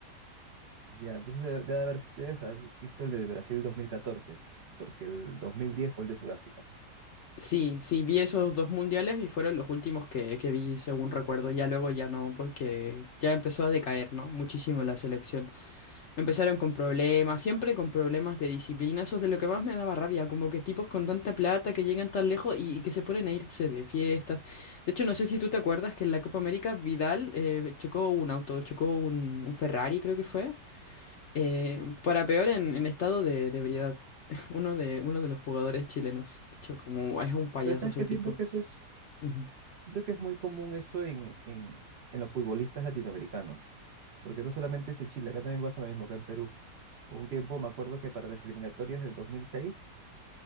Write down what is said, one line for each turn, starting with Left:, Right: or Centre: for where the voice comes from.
Right: Ya, entonces debe, debe haber, debes haber visto el de Brasil 2014, porque el 2010 fue el de Sudáfrica.
Left: Sí, sí, vi esos dos mundiales y fueron los últimos que, que vi, según recuerdo. Ya luego ya no, porque ya empezó a decaer, ¿no? Muchísimo la selección. Empezaron con problemas, siempre con problemas de disciplina. Eso es de lo que más me daba rabia, como que tipos con tanta plata que llegan tan lejos y, y que se ponen a irse de fiestas. De hecho, no sé si tú te acuerdas que en la Copa América Vidal eh, chocó un auto, chocó un, un Ferrari, creo que fue. Eh, para peor en, en estado de, de ebriedad. <laughs> Uno de, uno de los jugadores
Right: Es-
Left: chilenos. De hecho, como es un payaso
Right: Pero sabes
Left: ese
Right: que
Left: tipo.
Right: siento que eso es,
Left: Ujú.
Right: siento que es muy común esto en, en, en los futbolistas latinoamericanos, porque no solamente es en Chile, acá también pasa lo mismo, acá en Perú. Un tiempo me acuerdo que para las eliminatorias del 2006,